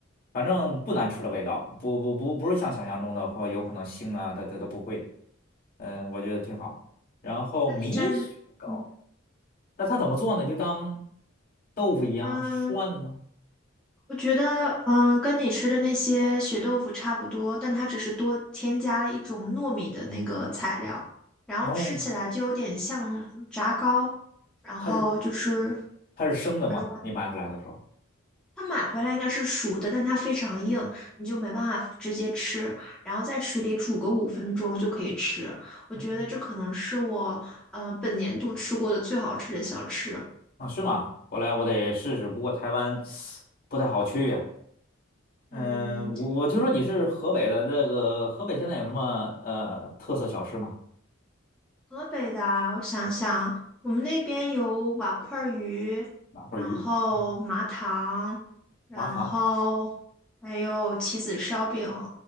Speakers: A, on the left; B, in the centre.
A: 反正不难吃的味道，不不不不是像想象中的或有可能腥啊，它它都不会。嗯，我觉得挺好。然后米雪糕，
B: 那你蘸，嗯
A: 那它怎么做呢？就当豆腐一样涮吗？
B: 嗯，我觉得嗯，跟你吃的那些血豆腐差不多，但它只是多添加了一种糯米的那个材料，然后吃起来就有点像炸糕，
A: 哦，
B: 然后就是
A: 它是它是生的吗？
B: 软
A: 你买回来的时候？
B: 它买回来应该是熟的，但它非常硬，你就没办法直接吃。然后在水里煮个五分钟就可以吃。我觉得这可能是我呃本年度吃过的最好吃的小吃。
A: 哦，啊，是吗？回来我得试试，不过台湾不太好去呀。嗯，
B: 嗯，
A: 我我听说你是河北的，这个河北现在有什么呃特色小吃吗？
B: 河北的啊我想想，我们那边有瓦块鱼，
A: 麻花鱼、
B: 然后麻糖，
A: 嗯，
B: 然后还有棋子烧饼，
A: 麻糖，